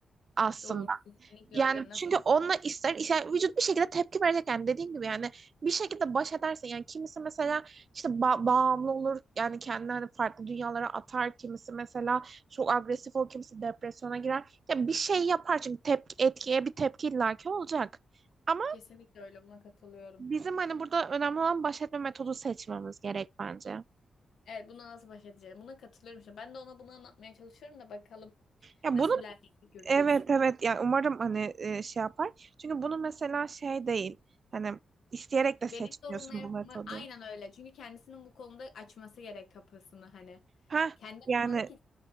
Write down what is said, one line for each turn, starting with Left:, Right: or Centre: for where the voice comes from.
Right: aslında.
Left: Doğru kesinlikle
Right: Yani
Left: öyle. Nasıl
Right: çünkü
Left: baş
Right: onunla
Left: edeceğim?
Right: ister, yani vücut bir şekilde tepki verecek yani dediğim gibi yani bir şekilde baş edersin yani kimisi mesela işte ba- bağımlı olur yani kendini hani farklı dünyalara atar kimisi mesela çok agresif olur kimisi depresyona girer ya bir şey yapar çünkü tepki etkiye bir tepki illaki olacak ama
Left: Kesinlikle öyle buna katılıyorum.
Right: bizim hani burada önemli olan baş etme metodu seçmemiz gerek bence
Left: Evet buna nasıl baş edeceğim? Buna katılıyorum işte. Ben de ona bunu anlatmaya çalışıyorum da bakalım
Right: ya
Left: nasıl
Right: bunu
Left: ilerleyecek göreceğiz.
Right: evet evet yani umarım hani e, şey yapar çünkü bunu mesela şey değil hani isteyerek de seçmiyorsun
Left: Benim sorumla yapma
Right: bu metodu.
Left: aynen öyle. Çünkü kendisinin bu konuda açması gerek kapısını hani.
Right: Ha
Left: Kendi
Right: yani
Left: açmalı ki